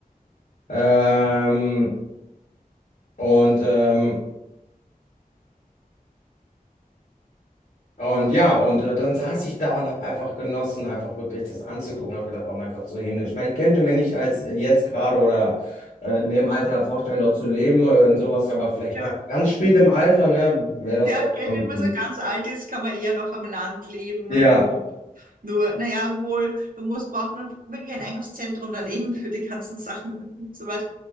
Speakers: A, on the left (about 60°); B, on the right (about 65°).
A: Ähm, und, ähm, und ja, und äh, dann saß ich da und habe einfach genossen, einfach wirklich das anzugucken. Habe gedacht, oh mein Gott, so himmlisch. Ich meine, ich könnte mir nicht als äh, jetzt gerade oder äh, in dem Alter vorstellen, dort zu leben äh, und sowas, aber vielleicht
B: ja.
A: mal ganz spät im Alter, ne, wäre das,
B: Ja,
A: glaube
B: gell, wenn
A: ich,
B: man
A: schon.
B: so ganz alt ist, kann man eher noch am Land leben.
A: Ja,
B: <laughs> wo- Nur, naja, wohl, da muss, braucht man wirklich ein Einkaufszentrum daneben für die ganzen Sachen, wenn man so weit